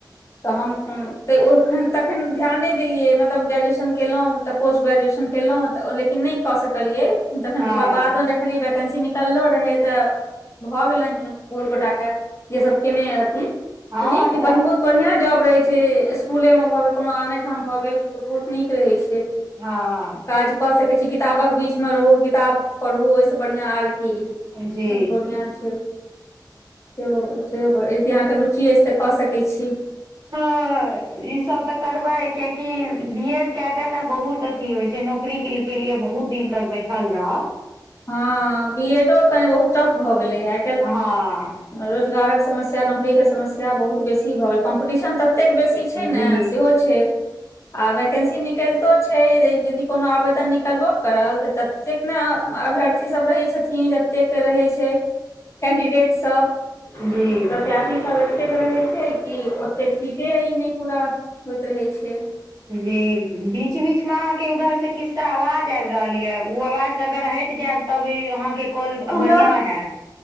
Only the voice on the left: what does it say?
तऽ हम तऽ ओखन तखन ध्याने देलियै। मतलब ग्रेजुएशन केलहु तऽ पोस्ट ग्रेजुएशन केलहु तऽ लेकिन नहि कऽ सकलिय। जख
बाद खाली वैकेन्सी निकललो रहै त भऽ गेलनि जे बहुत गोटा के जे सभ केने अथि सु
नीक
बढ़ित बढ़िआ जॉब रहैत छै। स्कूले मे भऽ गेल कोनो आनठाम भऽ गेल तऽ बहुत नीक रहै छै।
काज कऽ सकै छी। किताबक बीचमे रहू किताब पढू ओहिस बढ़िआ आर कि खब
बढ़िआ छै। से सेहो यदि अहाँकेँ रुचि अछि। तऽ कऽ सकैत छी। <inaudible>
हा बी एडो के बहुत टफ भऽ गेलै या आइ कैल्ह
रोजगारकऽ समस्या नौकरी के समस्या बहुत बेसी भऽ गेल कम्पटीशन ततेक बेसी छै ने
सेहो छै आ वैकेन्सी निकैलतो छै यदि कोनो आवेदन निकलबो करल तऽ ततेक नै अर्थी सभ रहै छथिन। जतेक रहै छै। कैडिडेट सभ प्रत्याश
सभ एतेक के रहै छै। कि ओते ठीके ई नहि पूरा होइत रहै छै।
हमरा